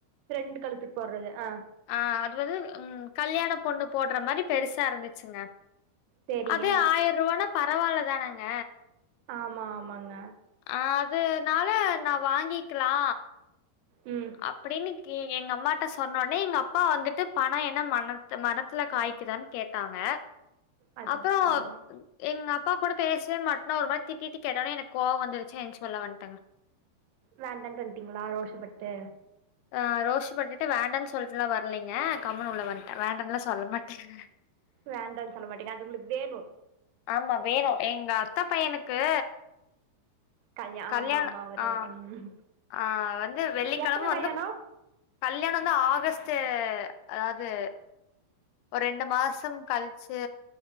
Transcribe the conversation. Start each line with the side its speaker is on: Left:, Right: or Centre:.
Right: ரெண்டு் கழுத்துக்கு போட்றது அ
Left: ஆ அது வந்து ம் கல்யாண பொண்ணு போட்ற மாரி பெருசா இருந்துச்சுங்க
Right: சேரிங்க
Left: அது ஆயிருவானா பரவால்ல தானங்க
Right: ஆமா ஆமாங்க
Left: அதுனால நா வாங்கிக்கலா
Right: ம்
Left: அப்டின்னு கே எங்க அம்மாட்ட சொன்னோன்னே எங்க அப்பா வந்துட்டு பணோ என்ன மனத்து மரத்துல காய்குதான்னு கேட் டாங்க
Right: அதாங்க
Left: அப்றோ
Right: ஆமா
Left: எங்க அப்பா கூட பேசவே மாட்டன்னா ஒரு மாதி திட்டிட்டு கேட்டன்னே எனக்கு கோவ வந்துருச்சு எந்ச்சு வெள்ள வந்துட்டங்க
Right: வேண்டாண்ட்டு வண்ட்டிங்களா ரோஷப்பட்டு
Left: அ ரோஷ பட்டுட்டு வேண்டான்னு சொல்லிட்டுல்லா வர்லீங்க கம்முன்னு உள்ள வந்து ட்டே வேண்டாண்லா சொல்ல மாட்டேங்க
Right: வேண்டான்னு சொல்ல மாட்டேங்க அது உங்களுக்கு வேணு
Left: ஆமா வேணு எங்க அத்த பையனுக்கு
Right: கல்யா
Left: கல்யாண
Right: ஆமா ஆமா அவரு
Left: ஆ
Right: ம்
Left: ஆ வந்து வெள்ளிக்கெழம
Right: எப்பங்க கல்யாணோ
Left: வந்து கல்யாண தா ஆகஸ்ட் அதாவுது ஒரு ரெண்டு மாசோ கழிச்சு